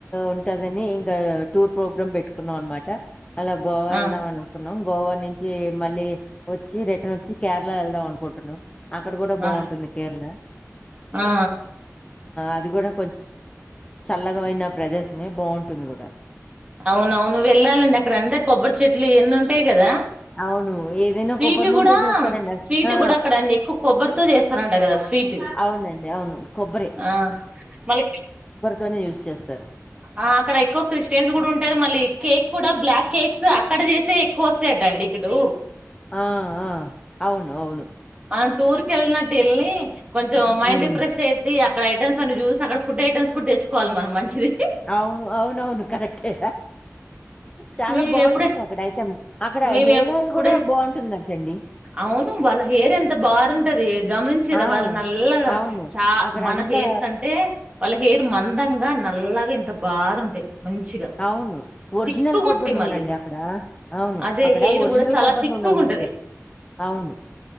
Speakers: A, on the left; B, on the right.
A: ఉంటదని ఇంకా టూర్ ప్రోగ్రామ్ పెట్టుకున్నాం అనమాట డ అలా గోవా వెళ్దాం
B: ఆ
A: అనుకున్నాం గోవా నుంచి మళ్ళీ వచ్చి రిటర్న్ వచ్చి కేరళ వెళ్దాం అక్కడ కూడా బాగుంటుంది
B: ఆ
A: కేరళ
B: ఆ
A: అది కూడా చల్లగా ఉన్నా ప్రదేశమే బాగుంటుంది కూడా
B: అవున అవును వెళ్ళాలండి అక్కడ అంతా కొబ్బరి చెట్లు ట్లు ఇవన్నీ ఉంటాయి కదా
A: అవును. ఏదైనా
B: స్వీట్
A: కొబ్బరి నూనెతో
B: కూడా
A: చేస్తారండి అవి.
B: స్వీట్
A: ఆ!
B: కూడా అక్కడ అండి ఎక్కువ కొబ్బరితో చేస్తరంట కదా స్వీట్
A: అవునండి. అవును. కొబ్బరే.
B: ఆ మళ
A: గా యూజ్ చేస్తారు
B: ఆ అక్కడ ఎక్కువ క్రిస్టియన్స్ కూడా ఉంటారు మళ్ళీ కేక్ కూడా బ్లాక్ కేక్స్ అక్కడ చేసే కోసేడ్డాండి ఇక్కడు
A: ఆ! ఆ! అవును. అవును.
B: అ టూర్ కెళ్ళినట్టు ఎల్లి కొంచెం మైండ్
A: హ్మ్.
B: డిప్రెషన్ పెట్టి ఇగ రైట్ ఐటమ్స్ చూసి అక్కడ ఫుడ్ ఐటమ్స్ కూడా తెచ్చుకోవాలి మనం మంచివి
A: అవును అవునవును కరెక్టే చాలా
B: మీ
A: బాగుంటాయి
B: ఎప్పుడే
A: అక్కడ అయితే అక్కడ
B: మేము
A: హెయిర్
B: ఎప్పుడే
A: ఆయిల్ కూడా బాగుంటుందంటండి
B: అవును వాళ్ళ హెయిర్ ఎంత బాారుంటది గమనించరా
A: ఆ!
B: వాళ్ళు నల్ల
A: అవును.
B: చా
A: అక్కడంతా
B: మన హెయిర్ కంటే వాళ్ళ పేరు మందంగా నల్లగా ఇంత బారుంటాయి మంచిగా
A: అవును ఒరిజినల్
B: తిక్కుగుంటాయి
A: కొబ్బరి నూనె
B: మళ్ళీ
A: అండి అక్కడ అవును
B: అదే
A: అక్కడ
B: హెయిర్
A: ఒరిజినల్
B: కూడా చాలా
A: కొబ్బరి
B: తిక్కుగుంటది
A: నూనె వండుతారు అవును